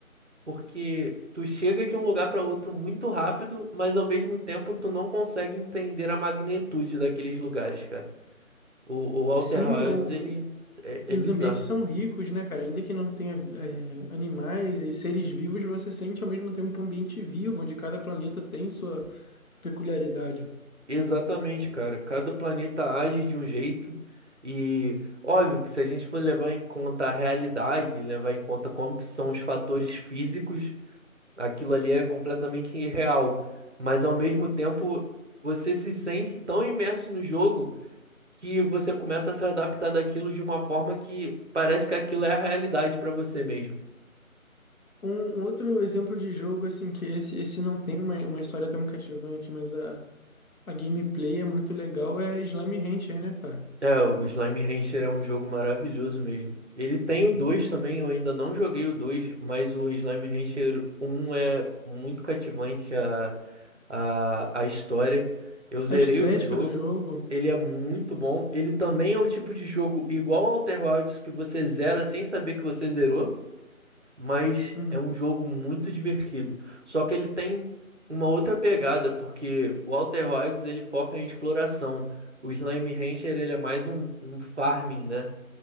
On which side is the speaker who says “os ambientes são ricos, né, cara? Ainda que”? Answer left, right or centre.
Left